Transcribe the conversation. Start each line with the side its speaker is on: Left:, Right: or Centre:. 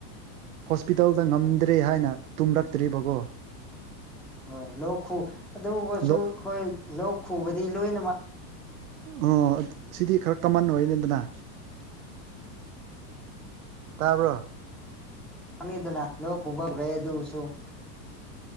Right: ꯍꯣꯁꯄꯤꯇꯜꯗ ꯉꯝꯗ꯭ꯔꯤ ꯍꯥꯏꯅ ꯇꯨꯝꯔꯛꯇ꯭ꯔꯤꯕꯒꯣ
Centre: ꯍꯣꯏ ꯂꯣꯛ ꯈꯨ ꯑꯗꯨꯒꯁꯨ
Right: ꯂꯣ
Centre: ꯈꯣꯏ ꯂꯣꯛ ꯈꯨꯕꯗꯤ ꯂꯣꯏꯅꯃꯛ
Right: ꯑꯣ ꯁꯤꯗꯤ ꯈꯔ ꯀꯃꯟ ꯑꯣꯏꯔꯦꯗꯅ ꯇꯥꯕ꯭ꯔꯣ
Centre: <unintelligible> ꯂꯣꯛ ꯈꯨꯕ ꯍꯞꯔꯦ ꯑꯗꯨꯕꯨꯁꯨ